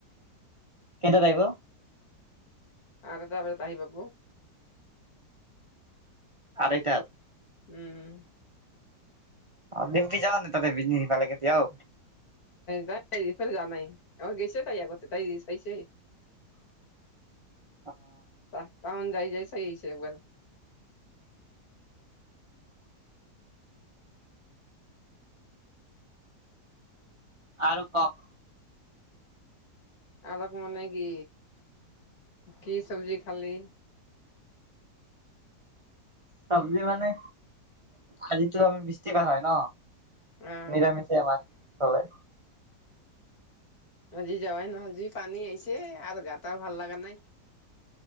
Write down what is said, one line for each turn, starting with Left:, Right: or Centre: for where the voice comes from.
Right: কেটাত আহিব।
Left: আঠ এটা বজাত আহি পাবু।
Right: আঢ়ৈটাত।
Left: উম।
Right: অ লিমকি যা নে তা বিজন সফালে কেতিয়াও।
Left: তাইফ যান নাই আৰ গেছে তাই কৰ তাই দি চাইছে।
Right: <inaudible>
Left: ত টাউন যাই যাই আহিছে একবাৰ।
Right: আৰু কওক।
Left: আৰুক মানে কি কি চব্জি খালি?
Right: চব্জি মানে আজিতো আমি বৃষ্টি বাৰ হয় ন।
Left: আহ
Right: নিৰামিষে আমাৰ ফালে।
Left: আজি যাৱাই নহয় জি পানী আহিছে আৰু গা ভাল লগা নাই।